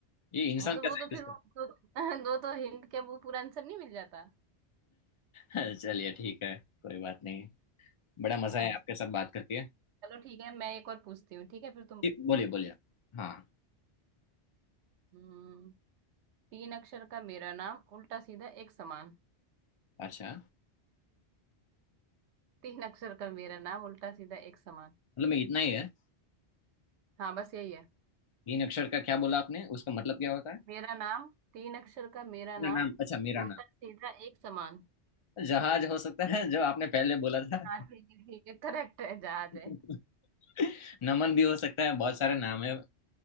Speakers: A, on the left; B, on the right.
A: ये इंसान
B: हाँ तो
A: का
B: वो
A: सही
B: तो फिर वो तो, <laughs> वो तो हिंट के वो पूरा आंसर नहीं मिल जाता
A: है। <laughs> चलिए ठीक है कोई बात नहीं बड़ा मजा
B: हाँ
A: है आपके साथ बात करके
B: चलो ठीक है मैं एक और पूछती हूँ ठीक है फिर तुम
A: जी बोलिए बोलिए हाँ
B: हम्म, तीन अक्षर का मेरा नाम उल्टा सीधा एक समान
A: अच्छा
B: तीन अक्षर का मेरा नाम उल्टा सीधा एक समान
A: मतलब मैं इतना ही है
B: हाँ बस यही है
A: तीन अक्षर का क्या बोला आपने उसका मतलब क्या होता है
B: मेरा नाम तीन अक्षर का मेरा
A: मेरा
B: नाम
A: नाम अच्छा मेरा
B: उल्टा
A: नाम
B: सीधा एक समान
A: जहाज हो सकता है जो आपने पहले बोला था
B: हाँ ठीक है ठीक है करेक्ट है जहाज
A: <laughs>
B: है
A: नमन भी हो सकता है बहुत सारे नाम है